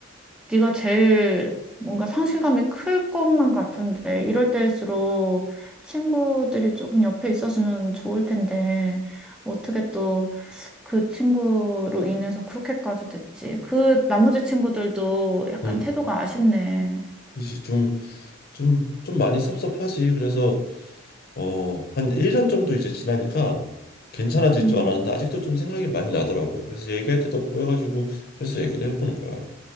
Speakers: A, in the centre; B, on the left (about 50°).
A: 네가 제일 뭔가 상실감이 클 것만 같은데 이럴 때일수록 친구들이 조금 옆에 있었으면 좋을 텐데 어떻게 또 그 친구로 인해서 그렇게까지 됐지? 그 나머지 친구들도 약간
B: 음
A: 태도가 아쉽네.
B: 그렇지 좀 좀 좀 많이 섭섭하지 그래서 어 한 1년 정도 이제 지나니까 괜찮아질
A: 음.
B: 줄 알았는데 아직도 좀 생각이 많이 나더라고 그래서 얘기할 때도 없고 해가지고 그래서 얘기를 해보는 거야